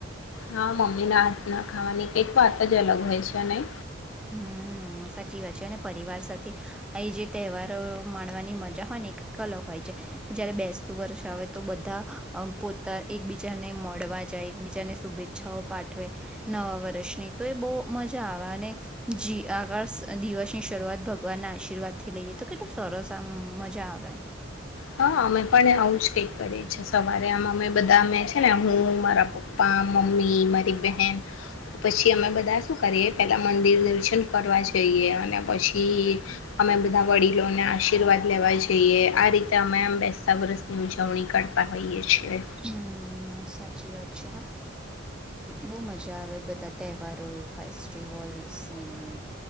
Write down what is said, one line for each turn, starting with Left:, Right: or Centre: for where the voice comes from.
Left: હા મમ્મીના હાથ ના ખાવાની કંઈક વાત જ અલગ હોય છે નઈ
Centre: હ સાચી વાત છે અને પરિવાર સાથે એ જે તહેવારો માણવાની મજા હોય ને એ ક અલગ હોય છે જયારે બેસતું વર્ષ આવે તો બધા પોતા એકબીજાને મળવા જાય એકબીજાને શુભેચ્છાઓ પાઠવે નવા વર્ષની તો એ બહુ મજા આવે અને જી <unintelligible> દિવસની શરૂઆત ભગવાનના આશીર્વાદથી લઈએ તો કેટલું સરસ આમ મજા આવે
Left: હામ. આવું જ કઈક કરે છે સવારે. મે બધા છે ને હું મારા પપ્પા મમ્મી મારી બેહેન પછી અમે બધા શું કરીએ પેલા મંદિર દર્શન કરવા જઈએ અને પછી અમે બધા વડીલોને આશીર્વાદ લેવા જઈએ આ રીતે. તમામ બેતા વરસની ઉજવણી કરતા હોઈએ છીએ.
Centre: હમ્મ. સાચી વાત છે હા બહુ મજા આવે બધા તહેવારો ફેસ્ટિવલ્સની.